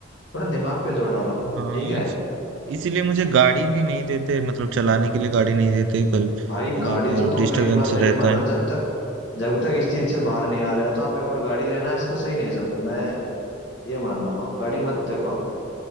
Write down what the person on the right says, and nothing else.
हाँ
इस- इसीलिए मुझे गाड़ी भी नहीं देते मतलब चलाने के लिए गाड़ी नहीं देते कल
मतलब
डिस्टरबेंस
रहता
है